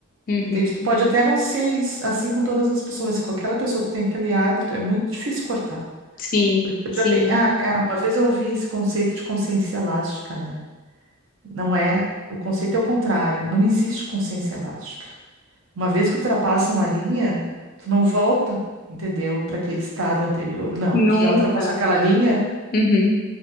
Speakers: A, on the left (about 40°); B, on the right (about 65°).
A: uhum.
B: tu entende? Tu pode até não ser is- assim com todas as pessoas, mas se com aquela pessoa tu tem aquele hábito, é muito difícil cortar.
A: Sim,
B: Porque
A: sim,
B: Já tem, ah, ah, uma vez eu ouvi esse conceito de consciência elástica, né? Não é, o conceito é o contrário, não existe consciência elástica. Uma vez que ultrapassa uma linha, tu não volta, entendeu? Para aquele estado anterior. Não,
A: nunca.
B: tu já ultrapassou aquela linha,
A: Uhum.